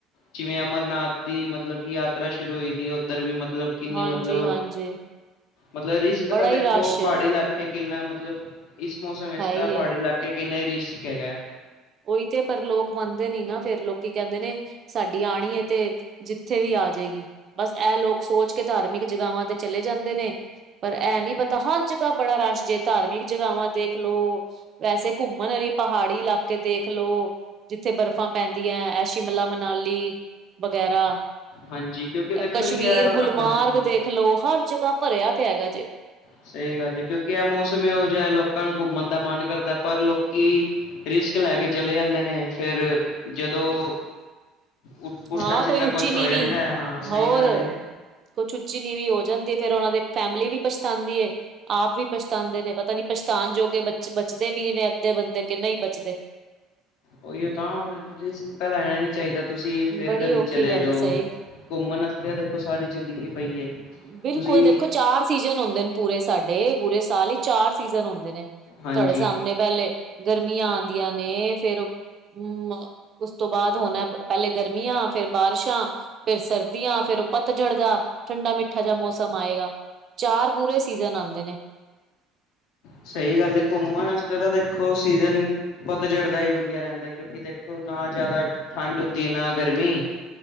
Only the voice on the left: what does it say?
ਜਿਵੇਂ ਅਮਰਨਾਥ ਦੀ ਮਤਲਬ ਕਿ ਯਾਤਰਾ ਸ਼ੁਰੂ ਸ਼ੁਰੂ ਹੋਈ ਦੀ ਉੱਧਰ ਵੀ ਮਤਲਬ ਕਿੰਨੀ
ਮਤਲਬ। ਮਤਲਬ ਰਿਸਕ
ਤਾਂ ਦੇਖੋ
ਪਹਾੜੀ ਇਲਾਕੇ 'ਚ ਕਿੰਨਾ ਮਤਲਬ ਇਸ ਮੌਸਮ ਵਿੱਚ
ਪਹਾੜੀ
ਇਲਾਕੇ ਕਿੰਨਾ ਹੀ ਰਿਸਕ ਹੈਗਾ।
ਹਾਂਜੀ ਕਿਉਂਕਿ ਦੇਖੋ
ਜੀ ਇਹ
ਹਾਂ
ਸਹੀ ਗੱਲ ਹੈ ਕਿਉਂਕਿ ਐਹ ਮੌਸਮ ਇਹੋ ਜਿਹਾ ਲੋਕਾਂ ਨੂੰ ਘੁੰਮਣ ਦਾ ਮਨ ਕਰਦਾ ਪਰ ਲੋਕੀ। ਰਿਸਕ ਲੈ ਕੇ ਚਲੇ ਜਾਂਦੇ ਨੇ ਫਿਰ। ਜਦੋਂ ਉੱਠ ਪੁਠਾ
ਸੀਦਾ
ਕੁੱਛ
ਹੋ ਜਾਂਦਾ ਹੈ। ਹਾਂ ਸਹੀ
ਗੱਲ ਏ
ਉਹੀਓ ਤਾਂ ਰਿਸਕ ਤਾਂ ਲੈਣਾ ਹੀ ਨੀ ਚਾਹੀਦਾ ਤੁਸੀਂ ਫਿਰ
ਕਦੀ
ਚਲੇ
ਜਾਓ।
ਘੁੰਮਣ ਵਾਸਤੇ ਦੇਖੋ ਸਾਰੀ ਜ਼ਿੰਦਗੀ ਪਈ ਏ।
ਤੁਸੀਂ
ਹਾਂਜੀ
ਸਹੀ ਗੱਲ ਹੈ ਘੁੰਮਣ ਵਾਸਤੇ ਤਾਂ ਦੇਖੋ ਸੀਜਨ ਪਤਝੜ ਦਾ ਹੀ ਵਧੀਆ ਰਹਿੰਦਾ ਏ। ਕਿਉਂਕਿ ਦੇਖੋ ਨਾ ਜ਼ਿਆਦਾ ਠੰਡ ਹੁੰਦੀ ਨਾ ਗਰਮੀ